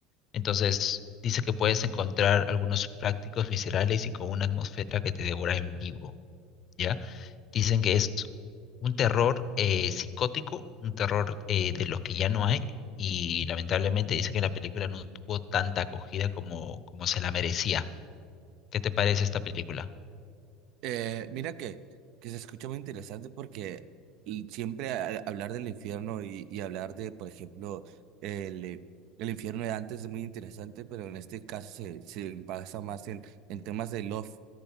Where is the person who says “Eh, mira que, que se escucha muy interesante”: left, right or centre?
Right